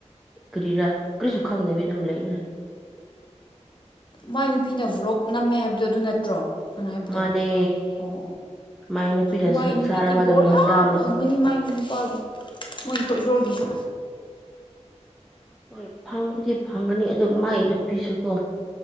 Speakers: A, in the centre; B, on the left.
A: ꯀꯔꯤꯔꯥ ꯀꯔꯤꯁꯨ ꯈꯪꯗꯕꯤ ꯑꯗꯨꯝ ꯂꯩꯈ꯭ꯔꯦ
B: ꯃꯥꯏ ꯅꯨꯄꯤꯅ ꯕ꯭ꯂꯣꯛ ꯅꯝꯃꯦ ꯍꯥꯏꯕꯗꯣ ꯑꯗꯨ ꯅꯠꯇ꯭ꯔꯣ ꯅꯪ ꯍꯥꯏꯕꯗꯣ
A: ꯃꯥꯅꯦ
B: ꯑꯣ
A: ꯃꯥꯏ ꯅꯨꯄꯤꯅ
B: ꯑꯣ ꯃꯥꯏ
A: ꯁꯪꯁꯥꯔ
B: ꯅꯨꯄꯤꯗꯤ
A: ꯑꯃꯗ
B: ꯕꯣꯔ
A: ꯃꯣꯟꯗꯥꯃꯟ
B: ꯌꯥꯝ ꯐꯪꯒꯅꯤ ꯃꯥꯏ ꯅꯨꯄꯥꯗꯤ ꯃꯣꯏ ꯏꯁꯣꯔ ꯏꯁꯣꯔꯒꯤꯁꯨ
A: ꯍꯣꯏ ꯐꯪꯕꯨꯗꯤ ꯐꯪꯒꯅꯤ ꯑꯗꯨ ꯃꯥꯏ ꯅꯨꯄꯤꯁꯨꯀꯣ